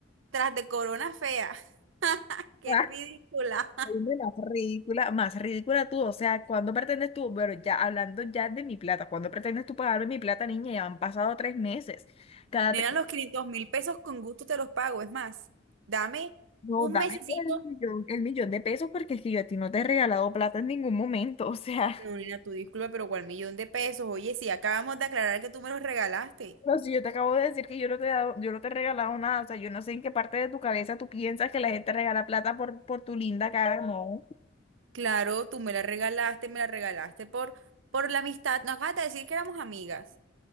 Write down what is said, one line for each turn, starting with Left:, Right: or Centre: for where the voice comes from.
Right: tras de corona fea, <laughs> qué
Left: ah,
Right: ridícula.
Left: soy de la ridícula, más ridícula tú. O sea, ¿cuándo pretendes tú? Bueno, ya hablando ya de mi plata, ¿cuándo pretendes tú pagarme mi plata, niña? Ya han pasado tres meses. Cada
Right: Nena,
Left: te-
Right: los quinientos mil pesos con gusto te los pago. Es más, dame
Left: No,
Right: un
Left: dame
Right: mesecito.
Left: el millón, el millón de pesos porque es que yo a ti no te he regalado plata en ningún momento. <laughs> O sea.
Right: No, nena, tú disculpa, pero cuál millón de pesos. Oye, si acabamos de aclarar que tú me los regalaste.
Left: no si yo te acabo de decir que yo no te he dado, yo no te he regalado nada, o sea, yo no sé en qué parte de tu cabeza tú piensas que la gente regala plata por, por tu linda cara, no.
Right: Claro, tú me la regalaste, me la regalaste por, por la amistad. No acabas de decir que éramos amigas.